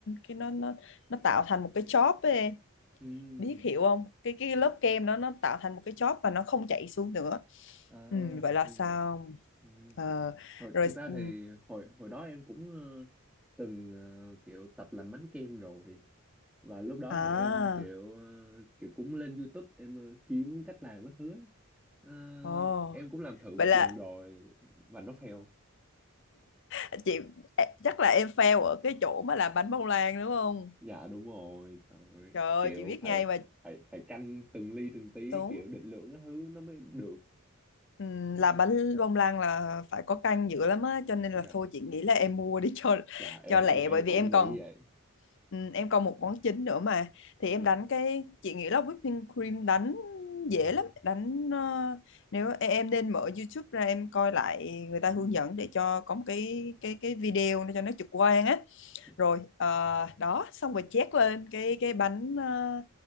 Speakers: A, on the left; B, in the centre.
A: cái nó nó nó tạo thành một cái chóp ấy em.
B: ừ
A: Biết hiểu không? Cái cái lớp kem nó nó tạo thành một cái chóp và nó không chảy xuống nữa.
B: à
A: Ừ, vậy là
B: em
A: sao?
B: hiểu rồi ừ.
A: Ờ,
B: hồi
A: rồi
B: thực ra
A: ừ,
B: thì hồi hồi đó em cũng ờ, từng ờ, kiểu tập làm bánh kem rồi và lúc đó
A: à,
B: thì em kiểu ờ, kiểu cũng lên YouTube em ờ, kiếm cách làm các thứ á. Ờ,
A: ồ.
B: em cũng làm thử
A: vậy
B: một
A: là
B: lần rồi và nó fail
A: à, chị à, chắc là em fail ở cái chỗ mà làm bánh bông lan đúng không
B: dạ đúng rồi trời ơi.
A: trời ơi
B: kiểu
A: chị biết
B: phải
A: ngay mà
B: phải phải canh từng ly từng tí
A: đúng
B: kiểu định lượng cái thứ nó mới được
A: Ừm,
B: Ừ,
A: làm bánh bông lan là phải có canh dữ lắm á cho nên
B: dạ
A: là thôi chị nghĩ là em mua đi <laughs> cho
B: dạ em
A: cho lẹ
B: em em
A: bởi vì
B: cũng
A: em
B: nghĩ
A: còn
B: vậy
A: ừm, em còn một món chính nữa mà thì em
B: dạ
A: đánh cái chị nghĩ là whipping cream đánh dễ lắm đánh ờ, nếu em em nên mở YouTube ra em coi lại người ta hướng
B: Ừ,
A: dẫn để cho có một cái cái cái video để cho nó trực quan á
B: dạ
A: rồi ờ, đó xong rồi chét lên cái cái bánh ờ,